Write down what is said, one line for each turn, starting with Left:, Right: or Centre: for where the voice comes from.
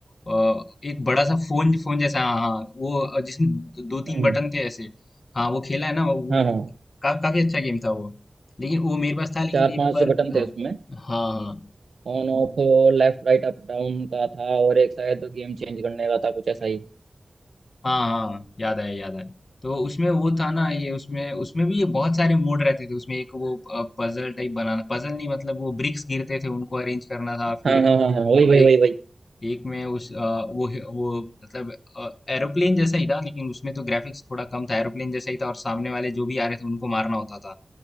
Left: अ, एक बड़ा सा फोन फोन जैसा हाँ हाँ, वो अ, जिसमें दो
Right: हम्म,
Left: तीन बटन थे ऐसे हाँ वो खेला है ना वो
Right: हाँ हाँ
Left: का, काफी अच्छा गेम था वो लेकिन वो मेरे पास था लेकिन
Right: चार पांच
Left: एक बार
Right: बटन
Left: हाँ
Right: थे उसमें
Left: हाँ हाँ।
Right: On off left right up down का था और एक शायद गेम चेंज करने का था कुछ ऐसा ही
Left: हाँ हाँ याद आया याद आया तो उसमें वो था ना ये उसमें उसमें भी ये बहुत सारे मोड रहते थे उसमें एक वो पजल टाइप बनाना पजल नहीं मतलब वो ब्रिक्स गिरते थे उनको अरेंज करना था फिर
Right: हाँ हाँ हाँ हाँ वही वही
Left: एक
Right: वही वही
Left: एक में उस अ, वो वो मतलब एरोप्लेन जैसा ही था लेकिन उसमें तो ग्राफिक्स थोड़ा कम था एरोप्लेन जैसा ही था और सामने वाले जो भी आ रहे थे उनको मारना होता था